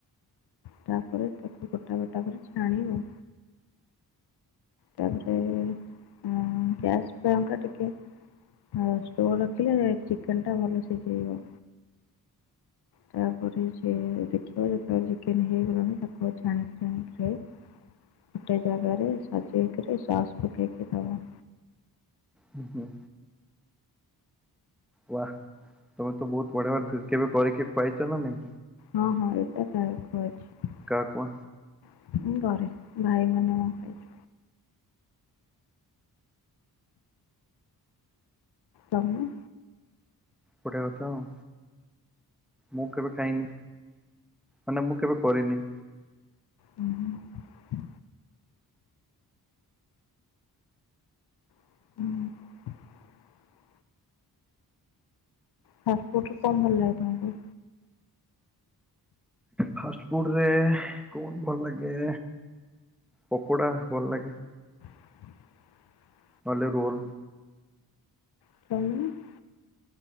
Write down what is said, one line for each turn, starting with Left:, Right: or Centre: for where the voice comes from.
Left: ତାପରେ ତାକୁ ଗୋଟା ଗୋଟା କରି ଛାଣିବ। ତାପରେ ମୁଁ ଗ୍ୟାସ୍ <unintelligible> ଟିକେ ହଁ ସ୍ଲୋ ରଖିଲେ ଚିକେନ୍ ଟା ଭଲ ସି <unintelligible> ତାପରେ ସିଏ ଦେଖିବା ଯେତେବେଳେ ଚିକେନ୍ ହେଇଗଲାଣି ତାକୁ <unintelligible> ଗୋଟେ ଜାଗାରେ ସଜେଇକିରି ସସ୍ ପକେଇକି ଦବ।
Centre: ହୁଁ ହୁଁ। ୱାହା ତମେ ତ ବହୁତ <unintelligible> କେବେ କରିକି ଖୁଆଇଛ ନା ନାଇଁ?
Left: ହଁ ହଁ ଏଇଟା ଖା ଖୁଆଇଛି।
Centre: କାହାକୁ
Left: <unintelligible> ତମେ
Centre: ପରେ କଥା ଆଉ। ମୁଁ କେବେ ଖାଇନି ମାନେ ମୁଁ କେବେ କରିନି।
Left: ହୁଁ ହୁଁ। ହୁଁ। ଫାଷ୍ଟ ଫୁଡ୍ ରେ କଣ ଭଲ ଲାଗେ ତାଙ୍କୁ?
Centre: ଫାଷ୍ଟ ଫୁଡ୍ ରେ କଣ ଭଲ ଲାଗେ? ପକୋଡ଼ା ଭଲ ଲାଗେ।
Left: <inaudible>
Centre: ନହଲେ ରୋଲ୍।
Left: <unintelligible>